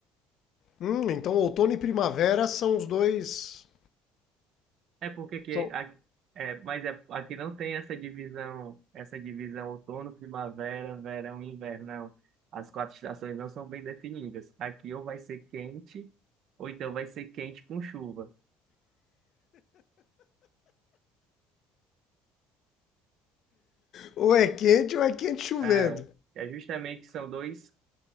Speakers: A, on the left; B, on the right.
A: Hum, então outono e primavera são os dois.
B: É porque que
A: São,
B: a- é, mas é, aqui não tem essa divisão, essa divisão outono, primavera, verão e inverno, não. As quatro estações não são bem definidas. Aqui ou vai ser quente, ou então vai ser quente com chuva.
A: ou é quente ou é quente chovendo.
B: É, é justamente são dois,